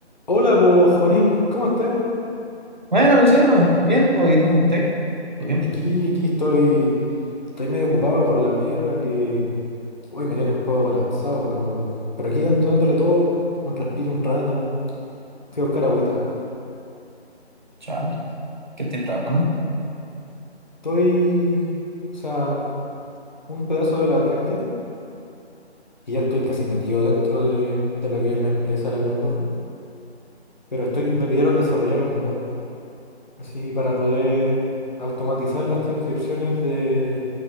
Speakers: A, on the left (about 40°); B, on the right (about 40°).
A: Hola, pues Juanín, ¿cómo estáis?
B: Bueno, Luciano, bien, pues, ¿y tú cómo estás? ¿Todo bien?
A: Aquí, aquí estoy, estoy medio ocupado con la pega que hoy me tiene un poco colapsado, pero, pero aquí dando, dándole todo, un respiro, un rato, fui a buscar agüita.
B: Chaval, ¿qué estáis trabajando?
A: Estoy, o sea, con un pedazo de la práctica y ya estoy casi metido dentro de, de lo que es la empresa de la Cruz Roja, pero estoy, me pidieron desarrollar un bot, así, para poder automatizar las transcripciones de